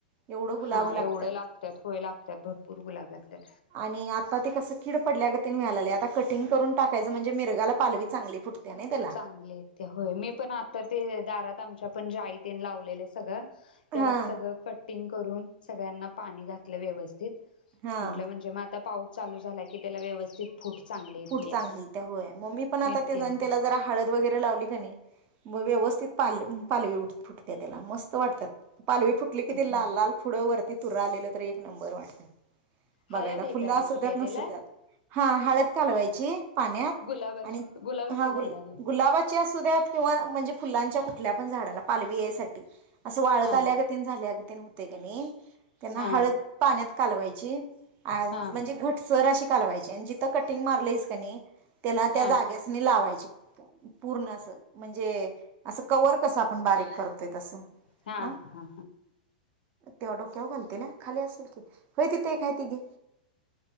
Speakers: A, on the right (about 35°); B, on the left (about 80°).
A: एवढं, गुलाबं
B: हा
A: लागत्यात
B: एवढं लाग त्यात होय लागतात भरपूर गुलाब लागतात
A: आणि आता ते कसं किड पडल्या ग तीन मिळालेल्या, कटींग करून टाकायचं, म्हणजे मिरग्याला पालवी चांगली फुटत्या ना त्याला.
B: चांगली इथे होय, मी पण आता ते दारात आमच्या पण जाई तेन असं लावलेलं सगळं त्यात
A: हा
B: सगळं कट टिंग करून सगळ्यांना पाणी घातलं व्यवस्थित.
A: हा
B: म्हंटलं म्हणजे मात आता पाऊस चालू झाला की त्याला व्यवस्थित फूट चांगली येतीया
A: फूट चांगली येत्या होय, मग मी पण आता
B: नित्या
A: तेजं आणि
B: होय
A: त्याला हळद वगैरे लावली का नाही, मग व्यवस्थित पालं पालवी फुटते त्याला मस्त वाटत्यात. पालवी फुटली की ते
B: होय
A: लाल लाल पुढं वरती तूरा आलेलं तर एक नंबर वाटतात. बघायला
B: हळद हे
A: फुल्ल
B: करायची
A: असूद्यात,
B: काय त्याला
A: नसुद्यात. हा हळद घालवायची पाण्यात
B: गुलाबाच्या
A: आणि
B: गुलाबाच्या
A: हा
B: झाडाला
A: गुलाबाची असुद्यात किंवा म्हणजे फुलांच्या कुठल्यापण झाडाला पालवी यायसाठी असं वाळत
B: हा
A: आल्यागत तेन झाल्यागत हुतंय का नाही त्यांना
B: हा
A: हळद पाण्यात कालवायची. आज
B: हा हा
A: म्हणजे घटसर अशी कालवायची आणि जिथं कट कटिंग मारलंयस की नाही? त्याला
B: हा
A: त्या जाग्यासनी लावायची. पूर्ण असं म्हणजे असं कव्हर कसं आपण बारीक करतोय तसं.
B: हा
A: आ,
B: हा
A: तेव्हा डोक्यावर घालतेल्या? खाली असंल की. होय तिथे एक हाय ती घे,